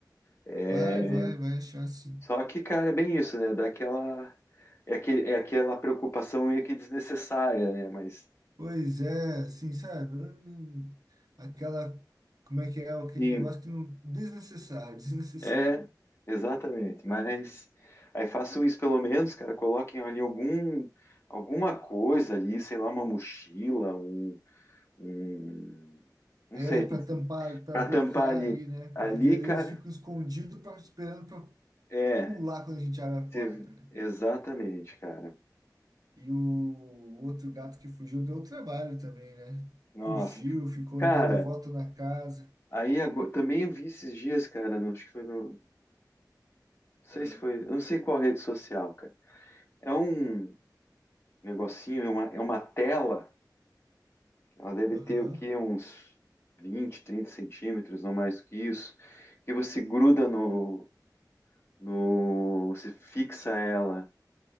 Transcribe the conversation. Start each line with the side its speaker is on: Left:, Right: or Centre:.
Left: É,
Right: Vai, vai, vai achar sim.
Left: só que, cara, é bem isso, né? Daquela. É, aquele, é aquela preocupação meio que desnecessária, né? Mas.
Right: Pois é, assim, sabe? Hum, Aquela. Como é que é? Aquele
Left: Sim,
Right: negócio que não. Desnecessário, <laughs> desnecessário.
Left: É, exatamente. Mas aí façam isso pelo menos, cara. Coloquem ali algum, alguma coisa ali, sei lá, uma mochila, um, um, não
Right: É
Left: sei,
Right: para
Left: tem que ser.
Right: tampar, para
Left: Para
Right: bloquear
Left: tampar ali,
Right: ali, né?
Left: ali,
Right: Porque eles, ali
Left: cara.
Right: eles ficam escondidos, pra, esperando para
Left: É,
Right: pular quando a gente abre a
Left: você-
Right: porta, né?
Left: exatamente, cara.
Right: E o outro gato que fugiu deu trabalho também, né?
Left: Nossa,
Right: Fugiu, ficou
Left: cara.
Right: dando volta na casa.
Left: Aí agora, também eu vi esses dias, cara. no- Acho que foi no, não sei
Right: Ah,
Left: se foi, eu não sei qual rede social, cara. É um negocinho, é uma, é uma tela. Ela deve
Right: Aham,
Left: ter o quê? Uns 20 30 centímetros, não mais que isso. Que você gruda no, no, você fixa ela